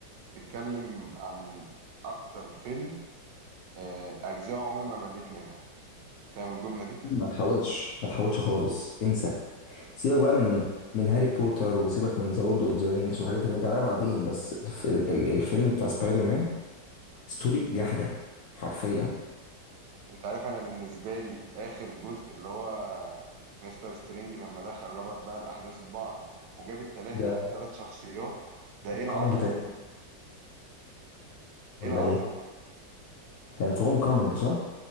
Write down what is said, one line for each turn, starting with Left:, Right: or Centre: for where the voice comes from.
Right: بتتكلم عن أكتر فيلم آه، أجزاء عمري ما مليت منها فاهم الجملة دي؟
Left: ما تحاولش ما تحاولش خالص انسى سيبك بقى من من هاري بوتر وسيبك من ذا لورد اوف ذا رينجز وحاجات دي نرجع لها بعدين بس الف ال ال الفيلم بتاع سبايدر مان ستوري جحده حرفيا
Right: انت عارف انا بالنسبه لي اخر جزء اللي هو مستر سترينج لما دخل ربط بقى الاحداث ببعض وجاب التلاته
Left: ده
Right: تلات شخصيات ده ايه
Left: هوم
Right: العظمه
Left: كومينج تقريبا
Right: دي ايه
Left: ولا
Right: العظمه
Left: ايه
Right: دي
Left: كان في هوم كومينج صح